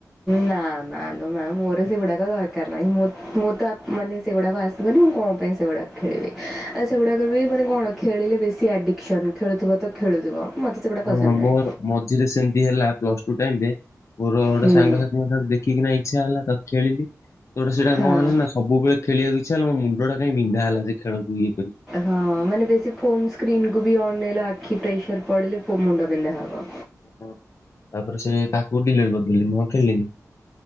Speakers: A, in the centre; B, on the left (about 50°).
A: ନା ନାଲୋ ନା ମୋର ସେଗୁଡ଼ାକ ଦରକାର୍ ନାହିଁ ମୁଁ ମୁଁ ତ ଅ ମାନେ ସେଗୁଡ଼ାକ ଆସିବନି ମୁଁ କଣ ପାଇଁ ସେଗୁଡ଼ାକ ଖେଳିବି ଆଉ ସେଗୁଡ଼ାକରେ ବି ମାନେ କଣ ଖେଳିଲେ ବେଶୀ ଆଡ଼ିକ୍ସନ ଖେଳୁଥିବ ତ ଖେଳୁଥିବ। ମତେ ସେଗୁଡା ପସନ୍ଦ
B: ହଁ
A: ନୁହେଁ।
B: ମୋର ମଝିରେ ସେମିତି ହେଲା ପ୍ଲସ ଟୁ ଟାଇମ୍ ରେ ମୋର ଗୋଟେ
A: ହୁଁ।
B: ସାଙ୍ଗସାଥିୀଙ୍କ ଠାରୁ ଦେଖିକିନା ଇଚ୍ଛା ହେଲା ତ ଖେଳିଲି ତୋ ଟା ସେଟା
A: ହଁ।
B: କଣ ହେଲା ନା ସବୁବେଳେ ଖେଳିବାକୁ ଇଚ୍ଛା ହେଲା ମୋ ମୁଣ୍ଡଟା କାଇଁ ବିନ୍ଧା ହେଲା ସେ ଖେଳକୁ ଇଏ କରି।
A: ହଁ ମାନେ ବେଶୀ ଫୋନ ସ୍କ୍ରିନ୍ କୁ ବି ଅନେଇଲ ଆଖି ପ୍ରେସର ପଡ଼ିଲେ ପୁ ମୁଣ୍ଡ ବିନ୍ଧା ହବ।
B: ହଁ ତାପରେ ସେ ତାକୁ ଡିଲେଟ୍ କରିଦେଲି ମୁଁ ଆଉ ଖେଳିଲିନି।